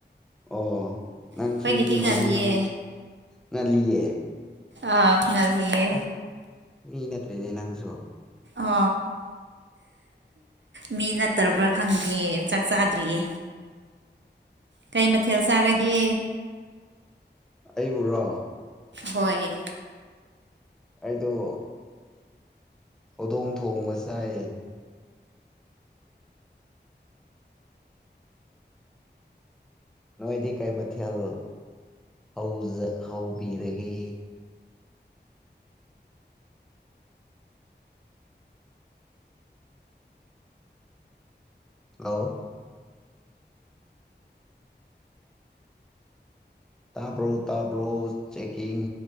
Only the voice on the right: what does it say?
ꯑꯩꯈꯣꯏꯒꯤꯗꯤ
ꯉꯜꯂꯤꯌꯦ
ꯑꯥ ꯉꯜꯂꯤꯑꯦ
ꯑ ꯃꯤ ꯅꯠꯇ꯭ꯔꯕ꯭ꯔꯥ ꯈꯪꯗꯦ ꯆꯥꯛ ꯆꯥꯗ꯭ꯔꯤꯌꯦ ꯀꯩ ꯃꯊꯦꯜ ꯆꯥꯔꯒꯦ
ꯍꯣꯏ